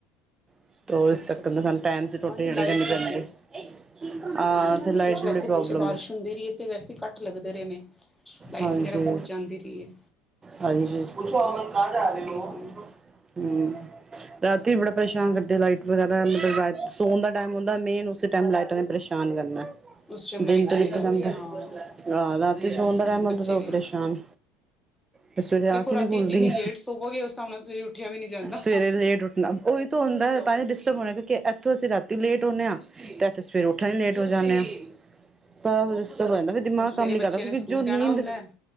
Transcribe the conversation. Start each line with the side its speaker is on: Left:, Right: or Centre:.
Right: <unintelligible>
Centre: ਅੱਛਾ ਅੱਛਾ ਅੱਛਾ ਅੱਛਾ ਹਾਂਜੀ ਲਾਈਟ
Right: ਕਰਨੀ
Centre: ਤੇ
Right: ਪੈਂਦੀ
Centre: ਬੋਤ,
Right: ਆ
Centre: ਹੂੰ
Right: ਤੇ ਲਾਈਟ
Centre: ਕੁਛ
Right: ਦੀ
Centre: ਵੈਸੇ
Right: ਬੜੀ ਪ੍ਰੋਬਲਮ
Centre: ਪਿੱਛੇ ਬਾਰਿਸ਼
Right: ਹੈ
Centre: ਹੁੰਦੀ ਰੀ ਤੇ ਵੈਸੇ ਕਟ ਲੱਗਦੇ ਦੇ ਰਏ ਨੇ ਲਾਈਟ
Right: ਹਾਂਜੀ
Centre: ਵਗੈਰਾ ਬੋਤ ਜਾਂਦੀ ਰਈ ਏ।
Right: ਹਾਂਜੀ, <unintelligible>
Centre: ਹੈਗੀ ਹੈ
Right: ਹੂੰ ਰਾਤੀ ਵੀ ਬੜਾ ਪਰੇਸ਼ਾਨ ਕਰਦੀ ਲਾਈਟ ਵਗੈਰਾ ਮਤਲਬ ਰਾ ਸੋਣ ਦਾ ਟਾਈਮ ਹੁੰਦਾ ਮੇਨ ਟਾਈਮ ਲਾਈਟਾਂ ਨੇ ਪਰੇਸ਼ਾਨ ਕਰਨੈ
Centre: ਉਸ ਟਾਈਮ
Right: ਦੇਨ
Centre: ਲਾਈਟ
Right: ਤੇ
Centre: ਚਲੇ
Right: ਨੀਕਲ
Centre: ਜਾਂਦੀ
Right: ਜਾਂਦਾ
Centre: ਹੈ ਹਾਂ
Right: ਆ ਰਾਤੀ
Centre: ਹਮ,
Right: ਸੌਣ ਦਾ ਟੈਮ
Centre: ਬੱਚੇ
Right: ਹੋਂਦਾ ਤੇ
Centre: ਵੀ
Right: ਪਰੇਸ਼ਾਨ ਫੇਰ ਸਵੇਰੇ ਆਖ
Centre: ਦੇਖੋ
Right: ਈ
Centre: ਰਾਤੀ
Right: ਨੀ ਖੁਲਦੀ,
Centre: ਜਿੰਨੀ ਲੇਟ ਸੋਵੋਗੇ ਉਸ ਹਿਸਾਬ ਨਾਲ ਸਵੇਰੇ ਉੱਠਿਆ ਵੀ ਨਹੀਂ ਜਾਂਦਾ
Right: ਸਵੇਰੇ ਲੇਟ ਉਠਣਾ, ਓਈ ਤੋ ਹੁੰਦਾ ਤਾਂ ਈ ਡਿਸਟਰਬ ਹੋਣਾ ਕਿਉਂਕੀ ਐਥੋਂ ਅਸੀ ਰਾਤੀ ਲੇਟ ਹੁੰਨੇ ਆਂ ਤੇ ਐਥੇ ਸਵੇਰੇ ਉੱਠਣ ਲੇਟ ਹੋ ਜਾਂਨੇ ਆ, ਸਵ ਸ
Centre: ਹੂੰ,
Right: ਜਾਂਦਾ ਫੇਰ ਦੀਮਾਗ
Centre: ਉਹ ਸਵੇਰੇ
Right: ਕੰਮ ਨੀ
Centre: ਬੱਚਿਆਂ
Right: ਕਰਦਾ ਕਿਉਂਕੀ
Centre: ਨੇ ਸਕੂਲ ਜਾਣਾ
Right: ਨੀਂਦ,
Centre: ਹੁੰਦਾ ਹੈ।